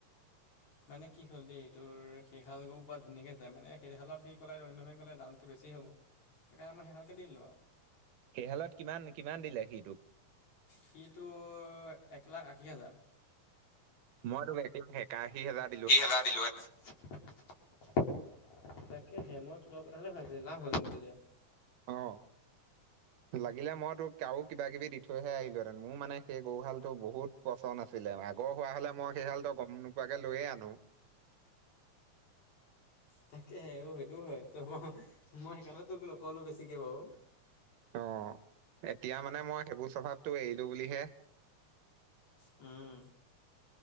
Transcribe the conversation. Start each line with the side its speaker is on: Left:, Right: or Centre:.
Left: মানে কি হ'ল দেই তোৰ সেই হাল গৰু পুৰা ধুনীয়াকে যায় মানে সেই হালত সি ক'লে অৰিন্দমে ক'লে দামটো বেছি হ'ব। সেইকাৰণে মই সেই হালকে দি দিলো আৰু।
Right: সেই হালত কিমান কিমান দিলে সিটোক?
Left: সি তোৰ এক লাখ আশী হেজাৰ।
Right: মই <unintelligible> একাশী হাজাৰ
Left: দিলো হৈ। তাকেহে মই তোৰ লগত পতা হ'লে লাভ হ'লহতি তেতিয়া।
Right: অ'। লাগিলে মই তোক আৰু কিবা কিবি দি থৈহে আহিলোহেঁতেন। মোৰ মানে সেই গৰু হাল তোৰ বহুত পচন্দ আছিলে। আগৰ হোৱা হ'লে মই সেই হালতো গম নোপোৱাকে লৈয়ে আনো।
Left: তাকেহে সেইটো হয় মই সেইকাৰণে তোক নক'লো বেছিকে বাৰু।
Right: অ', এতিয়া মানে মই সেইবোৰ স্বভাৱটো এৰিলো বুলিহে।
Left: উম,